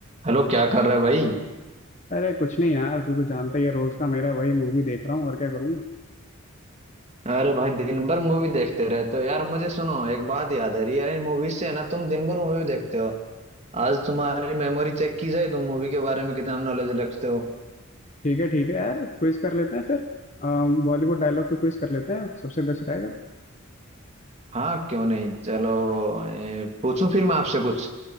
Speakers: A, on the right (about 30°); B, on the left (about 35°).
A: Hello क्या कर रहे भाई
B: अरे कुछ नहीं यार तू तो जानता ही है रोज का मेरा वही मूवी देख रहा हूँ और क्या करूँगा
A: अरे भाई दिन भर मूवी देखते रहते हो यार मुझे सुनो एक बात याद आ रही है यार इन मूवीज से है ना तुम दिन भर मूवी देखते हो आज तुम्हारी मेमोरी चेक की जाए तुम मूवी के बारे में कितना नॉलेज रखते हो
B: ठीक है ठीक है यार क्विज कर लेते हैं फिर बॉलीवुड डायलॉग पे क्विज कर लेते हैं सबसे बेस्ट रहेगा
A: हाँ क्यों नहीं चलो ए, पूछूं फिर मैं आपसे कुछ